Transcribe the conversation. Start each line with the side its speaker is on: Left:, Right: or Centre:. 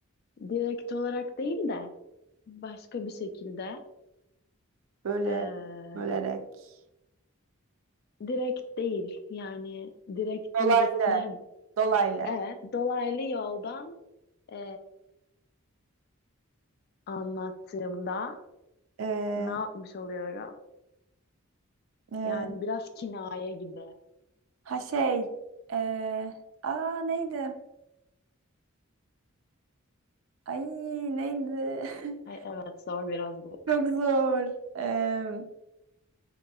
Left: direkt olarak değil de başka bir şekilde
Right: Böyle
Left: e,
Right: bölerek.
Left: direkt değil yani direktin
Right: Dolaylı.
Left: zıttı ne?
Right: Dolaylı.
Left: Evet, dolaylı yoldan e, anlattığımda
Right: Ee,
Left: Ne yapmış oluyorum?
Right: e,
Left: Yani biraz kinaye gibi.
Right: ha şey. ee, aa neydi? Ay neydi? <laughs>
Left: Ay, evet zor biraz bu.
Right: Çok zor. Ee,